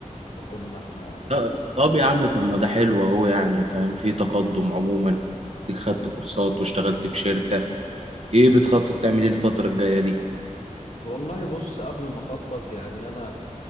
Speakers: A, on the left (about 70°); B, on the right (about 55°).
A: ما كنا احنا
B: ط- طب يا عم طب ما ده حلو اهو يعني فاهم في تقدم عموما إنك خدت كورسات واشتغلت في شركة ايه بتخطط تعمل ايه الفترة الجاية دي
A: والله بص قبل ما اخطط يعني انا